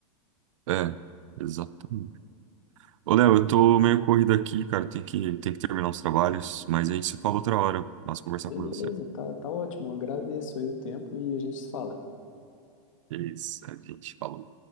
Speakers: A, on the right (about 65°); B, on the left (about 70°).
A: É, exatamente. Ô, Léo, eu tô meio corrido aqui, cara, tem que, tem que terminar os trabalhos, mas a gente se fala outra hora. Mas conversar
B: Beleza,
A: com você.
B: tá, tá ótimo, agradeço aí o tempo e a gente se fala.
A: É isso, a gente falou.